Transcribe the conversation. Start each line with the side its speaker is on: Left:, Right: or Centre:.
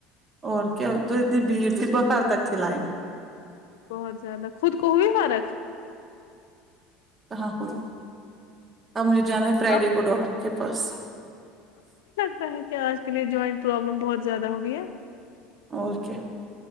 Right: اور کیا ہو تو اتنی بھیڑ تھی باہر تک تھی لائن
Left: بہت زیادہ خود کو ہوئی فرق
Right: کہاں ہوئی اب مجھے جانا ہے فرائیڈے
Left: آپ
Right: کو ڈاکٹر کے پاس
Left: کیا ہے کہ آج کے لیے جوائنٹ پرابلم بہت زیادہ ہوگئی ہے
Right: اور کیا